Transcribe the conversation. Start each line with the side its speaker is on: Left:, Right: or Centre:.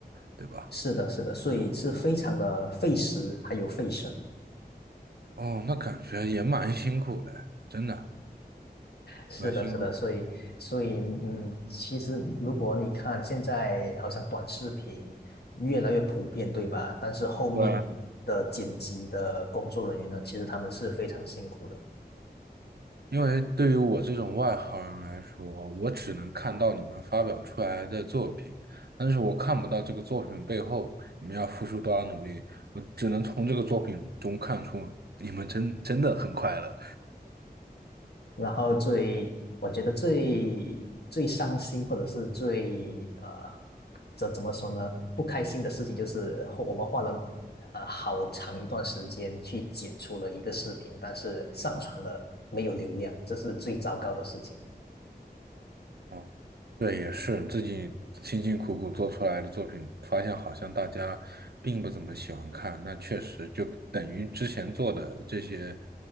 Right: 对吧？
Left: 是的，是的，所以是非常的费时还有费神。
Right: 哦，那感觉也蛮辛苦的，真的
Left: 是的，
Right: 蛮辛苦的。
Left: 是的，所以，所以，嗯，其实如果你看现在好像短视频越来越普遍，对吧？但是后面的剪辑的工作人员呢，
Right: 对，
Left: 其实他们是非常辛苦的。
Right: 因为对于我这种外行人来说，我只能看到你们发表出来的作品，但是我看不到这个作品背后你们要付出多少努力，我只能从这个作品中看出你们真真的很快乐。
Left: 然后最，我觉得最最伤心或者是最呃，怎怎么说呢？不开心的事情就是后我们花了呃好长一段时间去剪出了一个视频，但是上传了没有流量，这是最糟糕的事情。
Right: 嗯，对，也是自己辛辛苦苦做出来的作品，发现好像大家并不怎么喜欢看，那确实就等于之前做的这些，